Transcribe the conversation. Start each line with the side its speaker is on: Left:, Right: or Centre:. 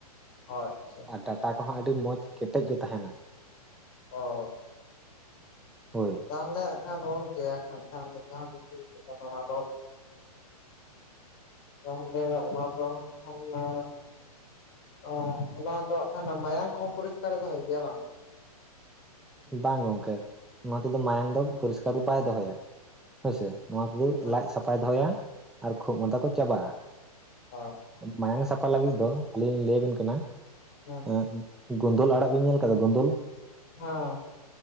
Left: ᱟᱪᱪᱷᱟ
Centre: ᱟᱨ ᱰᱟᱴᱟ ᱠᱚᱦᱚᱸ ᱟᱹᱰᱤ ᱢᱚᱸᱡᱽ ᱠᱮᱴᱮᱡ ᱜᱮ ᱛᱟᱦᱮᱱᱟ᱾
Left: ᱚ
Centre: ᱦᱳᱭ᱾
Left: ᱛᱟᱦᱚᱞᱮ ᱦᱟᱸᱜ ᱠᱷᱟᱱ ᱚᱞ ᱜᱮᱭᱟ ᱦᱟᱸᱜ ᱠᱷᱟᱱ ᱡᱟᱦᱟᱸ ᱵᱤᱱ ᱞᱟᱹᱭ ᱠᱮᱫ ᱠᱟᱱᱟ ᱨᱚᱞ ᱛᱟᱦᱚᱞᱮ ᱚᱱᱟ ᱫᱚ ᱚᱞᱱᱟ᱾ ᱚ ᱚᱱᱟ ᱫᱚ ᱠᱷᱟᱱ ᱢᱟᱭᱟᱝ ᱠᱚᱦᱚᱸ ᱯᱚᱨᱤᱥᱠᱟᱨ ᱫᱚᱦᱚᱭ ᱜᱮᱭᱟ ᱵᱟᱝ
Centre: ᱵᱟᱝ ᱜᱚᱝᱠᱮ ᱱᱚᱣᱟ ᱛᱮᱫᱚ ᱢᱟᱭᱟᱝ ᱫᱚ ᱯᱚᱨᱤᱥᱠᱟᱨ ᱫᱚ ᱵᱟᱭ ᱫᱚᱦᱚᱭᱟ ᱦᱳᱭᱥᱮ ᱱᱚᱣᱟ ᱛᱮᱫᱚ
Left: ᱦᱮᱸ
Centre: ᱞᱟᱡ ᱥᱟᱯᱷᱟᱭ ᱫᱚᱦᱚᱭᱟ ᱟᱨ ᱠᱷᱩᱜ ᱢᱟᱸᱫᱟ ᱠᱚ ᱪᱟᱵᱟᱜᱼᱟ᱾
Left: ᱚ
Centre: ᱢᱟᱭᱟᱝ ᱥᱟᱯᱷᱟ ᱞᱟᱹᱜᱤᱫ ᱫᱚ ᱟᱹᱞᱤᱧ ᱞᱤᱧ ᱞᱟᱹᱭᱟᱵᱤᱱ ᱠᱟᱱᱟ
Left: ᱦᱮᱸ
Centre: ᱮᱸ ᱜᱳᱱᱫᱚᱞ ᱟᱲᱟᱜ ᱵᱤᱱ ᱧᱮᱞ ᱟᱠᱟᱫᱟ ᱜᱳᱱᱫᱚᱞ
Left: ᱦᱮᱸ